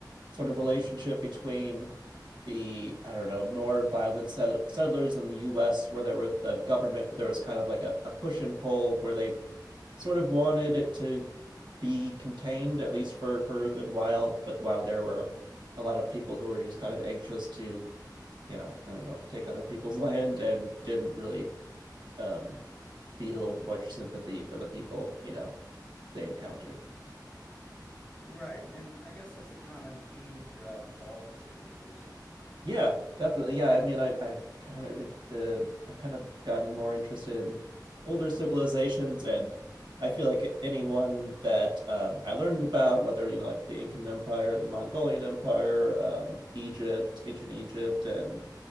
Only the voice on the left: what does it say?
Right, and I guess that's a common theme throughout all of civilization.